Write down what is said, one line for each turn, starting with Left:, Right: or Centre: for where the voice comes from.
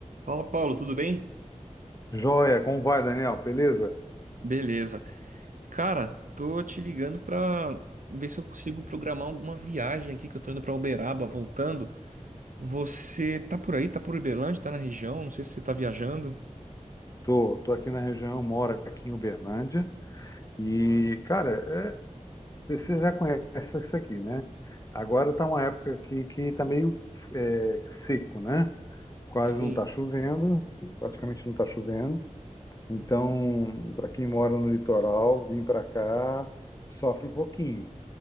Right: Fala, Paulo, tudo bem?
Left: Joia, como vai, Daniel? Beleza?
Right: Beleza. Cara, tô te ligando pra ver se eu consigo programar alguma viagem aqui que eu tô indo pra Uberaba, voltando. Você tá por aí? Tá por Uberlândia? Tá na região? Não sei se você tá viajando.
Left: Tô, tô aqui na região, moro aqui em Uberlândia. E, cara, é, você já conhece isso aqui, né? Agora tá uma época que que tá meio é, seco, né? Quase
Right: Sim.
Left: não tá chovendo, praticamente não tá chovendo. Então, para quem mora no litoral, vir para cá sofre um pouquinho,